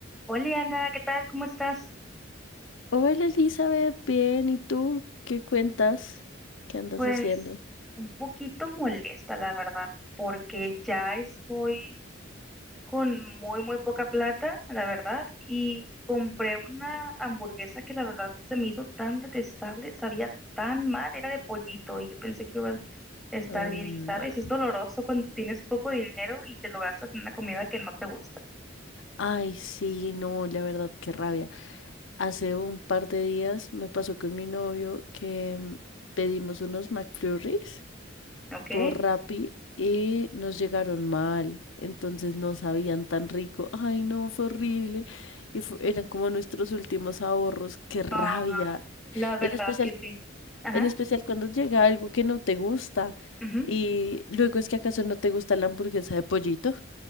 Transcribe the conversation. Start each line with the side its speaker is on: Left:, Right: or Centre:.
Centre: Hola Ana, ¿qué tal? ¿Cómo estás?
Left: Hola Elizabeth, bien, ¿y tú? ¿Qué cuentas? ¿Qué andas
Centre: Pues
Left: haciendo?
Centre: un poquito molesta, la verdad, porque ya estoy con muy, muy poca plata, la verdad, y compré una hamburguesa que la verdad se me hizo tan detestable, sabía tan mal, era de pollito y yo pensé que iba a estar
Left: Ah,
Centre: bien y sabes, es doloroso cuando tienes poco dinero y te lo gastas en una comida que no te gusta,
Left: ay, sí, no, la verdad, qué rabia. Hace un par de días me pasó con mi novio que mm, pedimos unos McFlurries
Centre: ¿ok?
Left: por Rappi y nos llegaron mal, entonces no sabían tan rico. Ay, no, fue horrible. Y fu- eran como nuestros últimos ahorros, qué rabia.
Centre: Ah, la verdad
Left: En especial
Centre: que sí. Ajá,
Left: En especial cuando llega algo que no te gusta
Centre: ujú,
Left: y luego es que acaso no te gusta la hamburguesa de pollito,